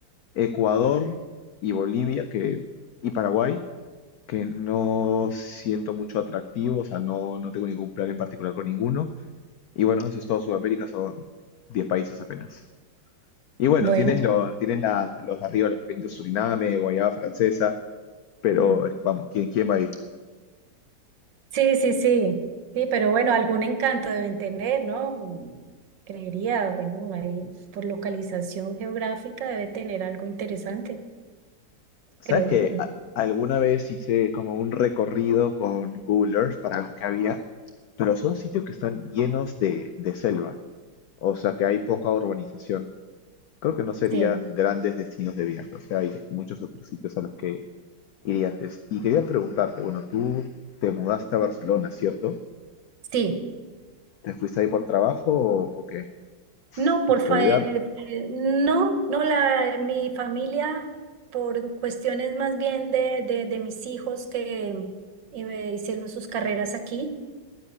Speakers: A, on the left; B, on the right.
A: Ecuador y Bolivia que, y Paraguay, que no siento mucho atractivo, o sea, no, no tengo ningún plan en particular con ninguno. Y bueno, eso es todo Sudamérica, son 10 países apenas. Y bueno,
B: Bueno,
A: tienes, lo, tienes la- los de arriba, los pequeños Suriname, Guayana Francesa, pero
B: Mm.
A: vamos, ¿quién, quién va ahí?
B: sí, sí, sí. Sí, pero bueno, algún encanto deben tener, ¿no? Mm, Creería, bueno, ahí por localización geográfica debe tener algo interesante,
A: ¿Sabes
B: creo.
A: que
B: yo.
A: a- alguna vez hice como un recorrido con Google Earth para ver qué había? Pero son sitios que están llenos de, de selva, o sea que hay poca urbanización. creo que no serían
B: Sí,
A: grandes destinos de viaje, o sea, hay muchos otros sitios a los que iría antes. Y quería preguntarte, bueno, tú te mudaste a Barcelona, ¿cierto?
B: sí.
A: ¿Te fuiste ahí por trabajo o, o qué?
B: No, por
A: ¿A estudiar?
B: fa- eh, eh, no, no la mi familia por cuestiones más bien de, de, de mis hijos que eh, hicieron sus carreras aquí.